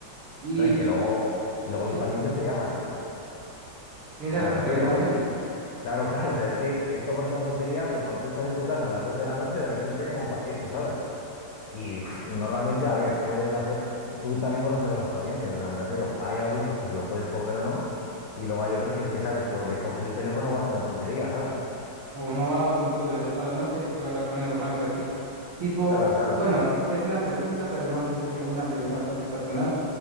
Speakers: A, on the right (about 80°); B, on the left (about 65°).
A: Y
B: No, y que luego, y luego los
A: sí,
B: pacientes te llaman, ¿eh?
A: tienes
B: O
A: esa
B: sea,
A: responsabilidad
B: me refiero,
A: también.
B: claro, <laughs> claro, o sea, es que esto parece una tontería, pero cuando tú estás en tu casa a las 12 de la noche, de repente te llama un paciente, ¿sabes? Y uf, normalmente, a ver, puedes hacer, tú también conoces a los pacientes, o sea, me refiero, hay algunos que se lo puedes coger o no, y luego hay otros que es que sabes que o le coges el teléfono o hace una tontería, ¿sabes?
A: o no va a dormir tú durante toda la noche, después hablar con él o <laughs> algo así. Tipo,
B: Claro, claro,
A: bueno,
B: o sea.
A: te hace una pregunta, pero no, siento que es una pregunta bastante personal,